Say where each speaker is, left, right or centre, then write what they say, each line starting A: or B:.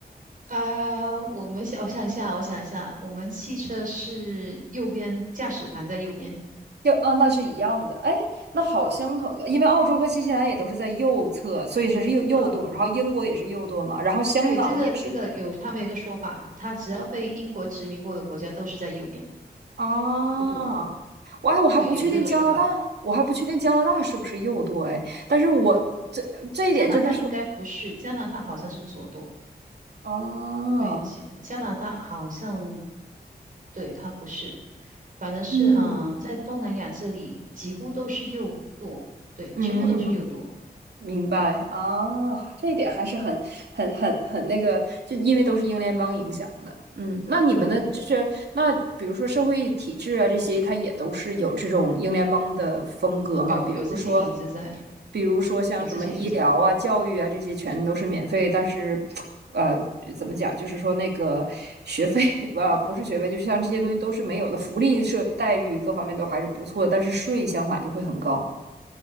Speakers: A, on the right; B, on the right.
A: 啊、我们想，我想一下，我想一下，我们汽车是右边，驾驶盘在右边。
B: 就啊，那是一样的。哎，那好相同，因为澳洲和新西兰也都是在右侧，所以它是右右舵。
A: 嗯，
B: 然后英国也是右舵嘛，然后香港也是右舵
A: 对，这个这个有他们有一个说法，它只要被英国殖民过的国家都是在右边
B: 啊。
A: 右舵，
B: 我哎，我还不确定加拿大，
A: 对，有这个说法。
B: 我还不确定加拿大是不是右舵哎，但是我这这一点真的是
A: 加拿大应该不是，加拿大好像是左舵，
B: 啊，
A: 对，加加拿大好像，对，它不是，反正是啊、
B: 嗯
A: 呃在东南亚这里几乎都是右舵，对，
B: 嗯
A: 全部都是右舵，
B: 明白啊，这一点还是很、很、很、很那个，就因为都是英联邦影响的。嗯，那你们的嗯就是那，
A: 嗯，
B: 比如说社会体制啊这些，它也都是有这种英联邦的风格嘛？
A: 有有这些影子在，
B: 比如说，比如说像什么医疗啊、
A: 有这些影子。
B: 教育啊这些，全都是免费，但是，呃，怎么讲？就是说那个学费，<laughs> 呃，不是学费，就是像这些东西都是没有的，福利是待遇各方面都还是不错的，但是税相反就会很高。